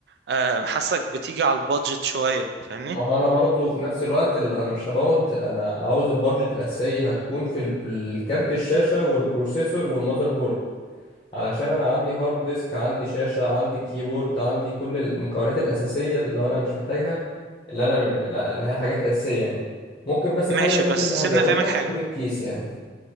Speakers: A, on the right; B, on the left.
A: آه، حاسك بتيجي على البادجت شويه فاهمني
B: ما هو انا برضو في نفس الوقت اللي انا مش هبوظ انا عاوز البادجت الاساسية هتكون في ال- الكارت الشاشة والبروسيسور والمذر بورد علشان انا عندي هارد ديسك عندي شاشة عندي كيبورد عندي كل المكونات الأساسية اللي انا مش محتاجها اللي انا لا- اللي هي حاجات أساسية يعني ممكن بس الحاجة
A: ماشي
B: الوحيدة
A: بس
B: اللي هزودها
A: سيبنا فاهمك حاجه
B: هتكون الكيس يعني